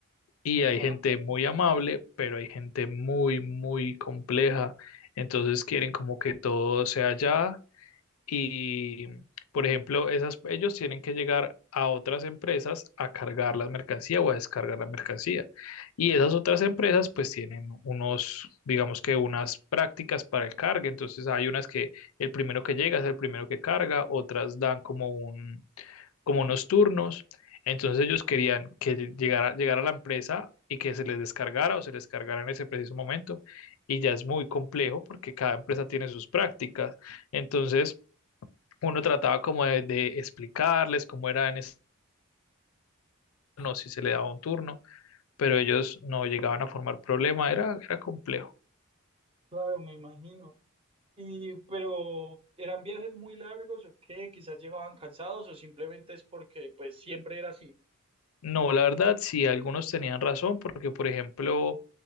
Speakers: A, on the left; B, on the right.
A: Y hay
B: ya,
A: gente muy amable, pero hay gente muy, muy compleja. Entonces quieren como que todo sea ya y, por ejemplo, esas, ellos tienen que llegar a otras empresas a cargar la mercancía o a descargar la mercancía. Y esas otras empresas pues tienen unos, digamos que unas prácticas para el cargue. Entonces hay unas que el primero que llega es el primero que carga, otras dan como un, como unos turnos. Entonces ellos querían que llegara, llegara a la empresa y que se les descargara o se les cargara en ese preciso momento. Y ya es muy complejo porque cada empresa tiene sus prácticas. Entonces uno trataba como de, de explicarles cómo era en este turno, si se le daba un turno, pero ellos no llegaban a formar problema, era, era complejo.
B: claro, me imagino. Y pero eran viajes muy largos o qué, quizás llegaban cansados o simplemente es porque pues siempre era así.
A: No, la verdad, sí, algunos tenían razón, porque por ejemplo,